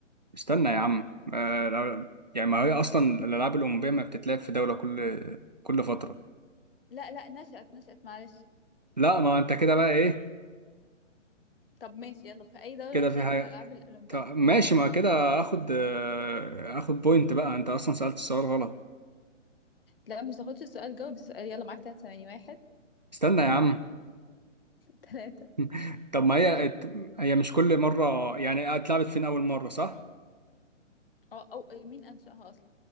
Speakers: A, on the right; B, on the left.
A: استنى يا عم آه، يعني ما هي اصلا الالعاب الاولمبيه ما بتتلعب في دوله كل كل فتره
B: لا لا نشأت نشأت معلش
A: لا ما انت كده بقى ايه
B: طب ماشي يلا في أي دولة
A: كده
B: نشأت
A: في حاجه
B: الألعاب الأولمبية
A: طب ماشي ما كده اخد آه، اخد بوينت بقى انت اصلا سالت السؤال غلط
B: لا مش تاخدش السؤال جاوب السؤال يلا معاك تلات ثواني واحد
A: استنى
B: اتنين
A: يا عم
B: تلاتة
A: <laughs> طب ما هي
B: يلا
A: هي مش كل مره يعني اتلعبت فين اول مره صح
B: أو, أو إيه، مين أنشأها أصلا